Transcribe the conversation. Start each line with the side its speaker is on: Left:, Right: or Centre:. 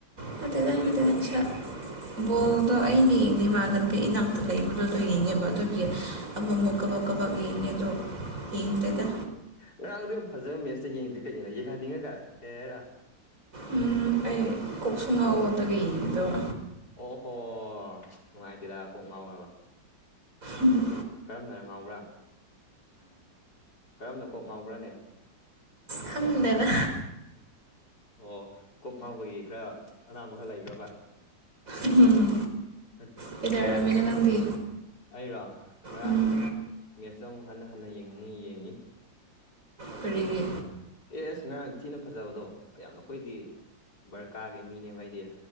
Right: ꯅꯠꯇꯦꯗ
Left: ꯕꯣꯜ
Right: ꯅꯠꯇꯦꯗ
Left: ꯌꯦꯡꯗ꯭ꯔꯣ
Right: ꯏꯁꯥ ꯕꯣꯜꯗꯣ ꯑꯩꯗꯤ ꯌꯦꯡꯗꯦ ꯏꯃꯥꯟꯅꯕꯤ ꯏꯅꯥꯎꯄꯤ ꯂꯩꯕꯗꯨꯗꯣ ꯌꯦꯡꯉꯦꯕ ꯑꯗꯨꯒꯤ ꯑꯃꯝꯕ ꯀꯥꯚꯛ ꯀꯥꯚꯛ ꯌꯦꯡꯉꯦ ꯑꯗꯣ ꯌꯦꯡꯗ꯭ꯔꯦꯗ
Left: ꯉꯔꯥꯡꯗꯣ ꯌꯥꯝ ꯐꯖꯕ ꯃꯦꯠꯁꯇ ꯌꯦꯡꯗ꯭ꯔꯤ ꯀꯩꯒꯤꯅꯣ ꯌꯦꯡꯍꯟꯅꯤꯡꯉꯒ ꯍꯦꯔꯥ
Right: ꯎꯝ ꯑꯩ ꯀꯣꯛꯁꯨꯨ ꯉꯥꯎꯕ ꯑꯗꯨꯒꯤ ꯌꯦꯡꯅꯤꯡꯗꯕ
Left: ꯑꯣꯍꯣ ꯅꯨꯡꯉꯥꯏꯇꯦꯗ ꯀꯣꯛ ꯉꯥꯎꯔꯕ
Right: ꯎꯝ
Left: ꯀꯔꯝꯅ ꯉꯥꯎꯕ꯭ꯔꯥ ꯀꯔꯝꯅ ꯀꯣꯛ ꯉꯥꯎꯕ꯭ꯔꯅꯦ
Right: ꯈꯪꯗꯕ
Left: ꯑꯣ ꯀꯣꯛ ꯉꯥꯎꯕꯒꯤ ꯈꯔ ꯑꯅꯥꯕ ꯈꯔ ꯂꯩꯕ꯭ꯔꯕ
Right: ꯎꯝ
Left: ꯑ
Right: ꯀꯩꯗꯧꯔꯝꯃꯤꯅꯣ
Left: ꯍꯥꯥ
Right: ꯅꯪꯗꯤ
Left: ꯑꯩꯔꯣ ꯉꯔꯥꯡꯒꯤ
Right: ꯎꯝ
Left: ꯃꯦꯠꯁꯇ ꯑꯃꯨꯛ ꯍꯟꯅ ꯍꯟꯅ ꯌꯦꯡꯅꯤꯡꯉꯤ ꯌꯦꯡꯉꯤ
Right: ꯀꯔꯤꯒꯤ
Left: ꯑꯦ ꯑꯁ ꯉꯔꯥꯡ ꯊꯤꯅ ꯐꯖꯕꯗꯣ ꯌꯥꯝꯅ ꯑꯩꯈꯣꯏꯗꯤ ꯕꯔꯀꯥꯒꯤ ꯃꯤꯅꯦꯕ ꯑꯩꯗꯤ